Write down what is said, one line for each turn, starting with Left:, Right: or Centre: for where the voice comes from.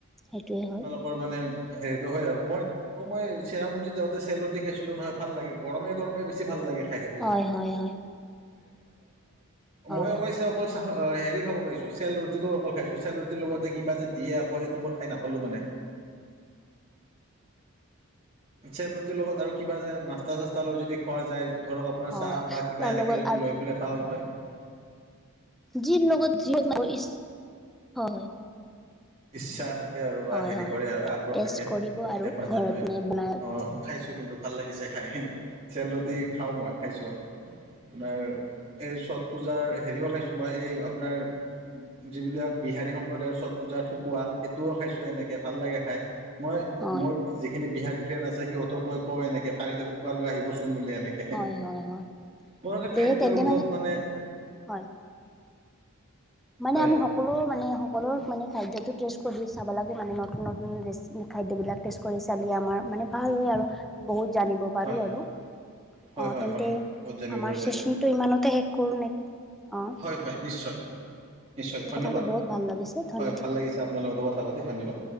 Centre: সেইটোৱে হয়।
Right: <unintelligible> মানে হেৰিটো হয় আৰু মই অ', মই চেৰাপুণ্জিত যাওঁতে চেল ৰুটি খাইছিলো নহয় ভাল লাগে, গৰমে গৰমে বেছি ভাল লাগে খাই। <unintelligible>
Centre: হয় হয় হয় হয়
Right: মই অৱশ্যে অকল <unintelligible> হেৰি খাব পাৰিছোঁ, চেল ৰুটিটো অকল খাইছোঁ চেল ৰুটিৰ লগত যে কিবা যে দিয়ে আকৌ সেইটো মই খাই নাপালোঁ মানে। চেল ৰুটিৰ লগত আৰু কিবা যে নাস্তা চাস্তা লৈ যদি খোৱা যায়। ধৰক আপোনাৰ
Centre: হয়
Right: চাহ বা কিবা
Centre: তাৰ
Right: এনেকে
Centre: লগত
Right: যদি লৈ পেলাই খাওঁ তাতে।
Centre: যিৰ লগত যিহক ইচ, হয়,
Right: ইচ্ছা <unintelligible> <unintelligible> বা
Centre: হয়
Right: হেৰি
Centre: হয়
Right: কৰে আৰু আগ্ৰহ
Centre: টেষ্ট
Right: থাকে
Centre: কৰিব আৰু
Right: হয় যে
Centre: ঘৰত
Right: হয়,
Centre: নে বনাই
Right: অ,
Centre: হয়
Right: খাইছো কিন্তু। ভাল লাগিছে খাই, চেল ৰুটি খাওঁ মই খাইছোঁ, আৰু এই চত পূজাৰ হেৰিও খাইছোঁ মই এই আপোনাৰ, যিবিলাক বিহাৰী সম্প্ৰদায়ৰ চত পূজা ঠেকুৱা সেইটোও খাইছোঁ এনেকে ভাল লাগে খাই, মই
Centre: হয়
Right: মোৰ যিখিনি বিহাৰী ফ্ৰেণ্ড আছে সিহঁতক মই কওঁ এনেক পাৰিলে ঠকুৱা লৈ আহিব চোন বুলি এনেকে।
Centre: হয় হয় হয়
Right: মোৰ এটা
Centre: দে
Right: খাদ্যৰ
Centre: তেন্তে
Right: ওপৰত মানে
Centre: হয়, মানে
Right: হয়
Centre: আমি সকলো মানে সকলো খাদ্যতো টেষ্ট কৰি চাব লাগে মানে নতুন নতুন ৰেচ খাদ্যবিলাক টেষ্ট কৰি চালি আমাৰ মানে ভাল হয়, আৰু বহুত জানিব পাৰো
Right: হয়
Centre: আৰু।
Right: হয়
Centre: অ',
Right: হয়
Centre: তেন্তে,
Right: হয় বহুত জানিব
Centre: আমাৰ
Right: পৰা যায়
Centre: চেচনটো ইমানতে শেষ কৰোঁ নে, অ,
Right: হয়, হয় নিশ্চয়। নিশ্চয় ধন্যবাদ,
Centre: পাতি বহুত ভাল লাগিছে ধন্যবাদ
Right: হয় ভাল লাগিছে আপোনাৰ লগতো কথা পাতি ধন্যবাদ।